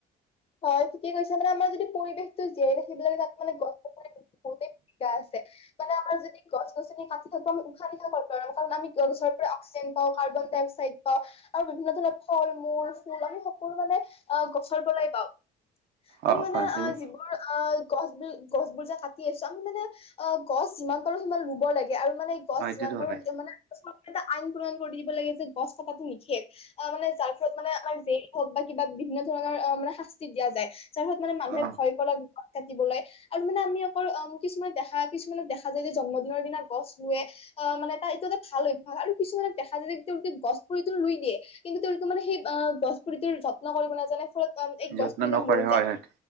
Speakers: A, on the left; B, on the right.
A: হয় ঠিকে কৈছে মানে আমাৰ যদি পৰিৱেশটো জীয়াই ৰাখিব লাগে তাত মানে গছ বহুতেই শিকা আছে। আমাৰ যদিগছ গছনি কাটি থাকো আমি উশাহ - নিশাহ কৰ পৰা লম কাৰণ আমি গছৰ পৰা অক্সিজেন পাওঁ কাৰ্বন ডাই অ্স পাওঁ আৰু বিভিন্ন ধৰণৰ ফল- মূল, ফুল আমি সকলো মানে গছ পৰাই পাওঁ আমি
B: অ
A: মানে
B: অ তুমি
A: যিবোৰ এই বোৰ গছ বি গছ বোৰ যে কাটি আছোঁ আমি মানে অ গছ যিমান পাৰো সিমান ৰুব লাগে আৰু মানে গছ
B: হয়টোতো
A: যিমান পাৰো
B: হয়
A: মানে এটা আইন প্ৰনয়ন কৰি দিব লাগে যে গছ কাতাটো নিষেধ। অ' মানে যাৰ ফলত মানে আমাৰ জেইল হওঁক বা কিবা বিভিন্ন ধৰণৰ অ মানে শাস্তি দিয়া যায়। যাৰ ফলত মানে
B: অ
A: মানুহে ভয় কৰক গছ কাটিবলৈ। আৰু মানে আমি অকল অ কিছুমানে দেখা কিছুমানক দেখা যায় যে জন্মদিনৰ দিনা গছ ৰুৱে অ মানে তাৰ এইটো এটা ভাল অভ্যাস। আৰু কিছুমানে দেখা যায় যে তেওঁ গছ পৰিটো ৰুই দিয়ে। কিন্তু তেওঁলোকে মানে সেই গছ পুুলিটোৰ যত্ন কৰিব নাজানে ফলত এই
B: যত্ন
A: গছ পুলিডাল
B: নকৰে
A: মৰি যায়
B: হয় হয়